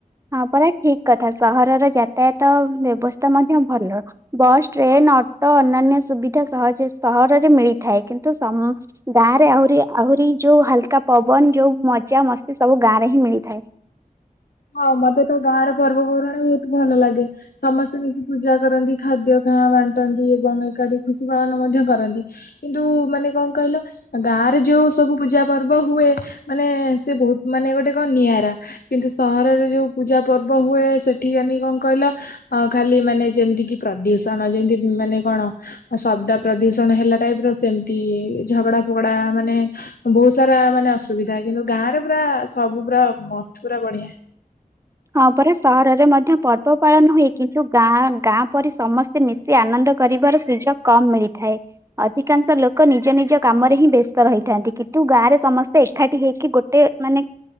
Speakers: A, on the right (about 20°); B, on the left (about 85°).
A: ହଁ ପୁରା ଠିକ କଥା ସହରର ଯାତାୟାତ ଆଉ ବ୍ୟବସ୍ଥା ମଧ୍ୟ ଭଲ। ବସ୍ ଟ୍ରେନ୍ ଅଟୋ ଅନନ୍ୟ ସୁବିଧା ସହଯେ ସହରରେ ମିଳିଥାଏ କିନ୍ତୁ ସମ ଗାଁ ରେ ଆହୁରି ଆହୁରି ଯୋଉ ହାଲକା ପବନ ଯୋଉ ମଜା ମସ୍ତି ସବୁ ଗାଁ ରେ ହିଁ ମିଳିଥାଏ।
B: ହଁ ମତେ ତ ଗାଁର ପର୍ବପର୍ବାଣି ବହୁତ ଭଲ ଲାଗେ ସମସ୍ତେ ମିଶି ପୂଜା କରନ୍ତି ଖାଦ୍ୟ ଖା ବାଣ୍ଟନ୍ତି ଏବଂ ଏକାଠି ଖୁସି ପାଳନ ମଧ୍ୟ କରନ୍ତି। କିନ୍ତୁ ମାନେ କଣ କହିଲ ଗାଁ ରେ ଯୋଉ ସବୁ ପୂଜା ପର୍ବ ହୁଏ। ମାନେ ସେ ବହୁତ ମାନେ ଗୋଟେ କଣ ନିଆରା କିନ୍ତୁ ସହରରେ ଯୋଉ ପୂଜା ପର୍ବ ହୁଏ ସେଠିକାନି କଣ କହିଲ? ହଁ ଖାଲି ମାନେ ଯେମିତି କି ପ୍ରଦୂଷଣ ଯେମିତି ମାନେ କଣ ଆ ଶବ୍ଦ ପ୍ରଦୂଷଣ ହେଲା ଟାଇପ ର ସେମିତି ଝଗଡା ଫଗଡା ମାନେ ବହୁତ ସାରା ମାନେ ଅସୁବିଧା କିନ୍ତୁ ଗାଁ ରେ ପୁରା ସବୁ ପୁରା ମସ୍ତ ପୁରା ବଢିଆ।
A: ହଁ ପରା ସହରରେ ମଧ୍ୟ ପର୍ବ ପାଳନ ହୁଏ କିନ୍ତୁ ଗାଁ ଗାଁ ପରି ସମସ୍ତ ସେ ମିଶି ଆନନ୍ଦ କରିବାର ସୁଯୋଗ କମ ମିଳିଥାଏ। ଅଧିକାଂଶ ଲୋକ ନିଜ ନିଜ କାମରେ ହିଁ ବ୍ୟସ୍ତ ରହିଥାନ୍ତି କିନ୍ତୁ ଗାଁ ରେ ସମସ୍ତେ ଏକାଠି ହେଇକି ଗୋଟେ ମାନେ